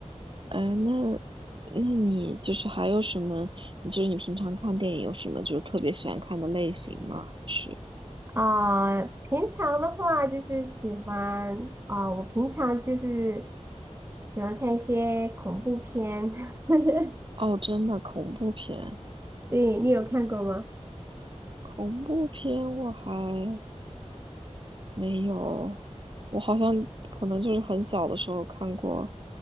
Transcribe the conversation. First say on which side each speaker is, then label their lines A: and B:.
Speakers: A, on the right; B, on the right.
A: 哎，那那你就是还有什么？你就是你平常看电影有什么就是特别喜欢看的类型吗？还是
B: 啊、平常的话就是喜欢啊、我平常就是喜欢看一些恐怖片，<laughs>
A: 哦，真的恐怖片？
B: 对，你有看过吗？
A: 恐怖片我还没有，我好像可能就是很小的时候看过，